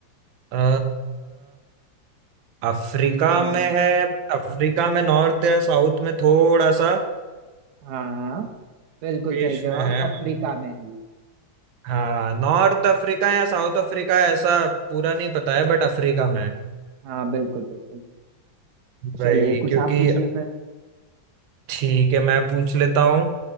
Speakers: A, on the right (about 80°); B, on the right (about 65°).
A: अ, अफ्रीका
B: हम्म
A: में है अफ्रीका में नॉर्थ या साउथ में थोड़ा सा
B: हाँ हाँ बिल्कुल
A: देश
B: सही जवाब
A: में है
B: अफ्रीका में है ये
A: हाँ नॉर्थ अफ्रीका या साउथ अफ्रीका ऐसा पूरा नहीं पता है बट अफ्रीका में है
B: हाँ बिल्कुल बिल्कुल
A: भाई
B: चलिए कुछ
A: क्योंकि
B: आप पूछिए फिर
A: ठीक है मैं पूछ लेता हूँ